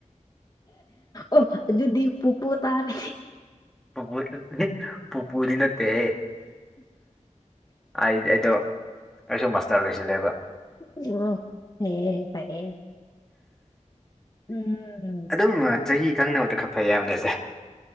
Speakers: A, on the left; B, in the centre.
A: ꯑꯣ ꯑꯗꯨꯗꯤ ꯄꯨꯄꯨ ꯇꯥꯔꯦ
B: ꯄꯨꯄꯨ ꯄꯨꯄꯨꯗꯤ ꯅꯠꯇꯦꯍꯦ ꯑꯩꯗꯤ ꯑꯩꯗꯣ ꯑꯩꯁꯨ ꯃꯥꯁꯇꯔ ꯂꯣꯏꯁꯤꯜꯂꯦꯕ
A: ꯑꯣ ꯅꯩꯌꯦ ꯐꯩꯌꯦ ꯎꯝ
B: ꯑꯗꯨꯝ ꯆꯍꯤ ꯈꯪꯅꯕꯗꯨ ꯈꯔ ꯐꯩ ꯍꯥꯏꯕꯅꯤꯗ <inaudible>